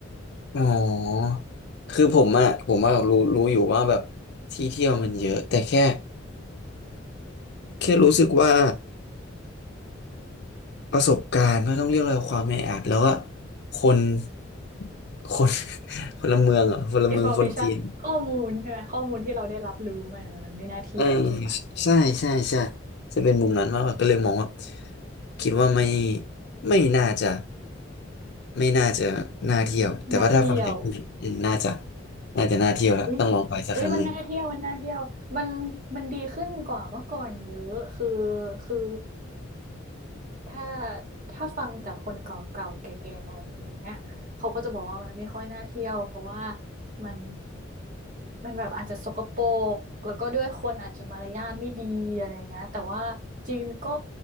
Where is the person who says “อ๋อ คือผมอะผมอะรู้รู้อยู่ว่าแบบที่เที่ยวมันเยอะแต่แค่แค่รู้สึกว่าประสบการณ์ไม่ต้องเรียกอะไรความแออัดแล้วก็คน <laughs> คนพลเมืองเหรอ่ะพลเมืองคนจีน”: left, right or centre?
Left